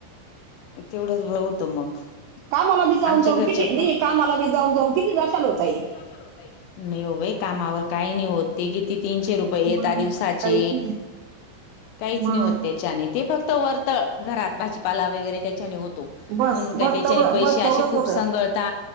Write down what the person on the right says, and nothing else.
कामाला बी जाऊन
जाऊन
किती नाही
कामाला बी जाऊन जाऊन किती जाशाल हो ताई
मग
काहीच नाही
मग
बस
बस
तेवढं
बस
तेवढंच
होतं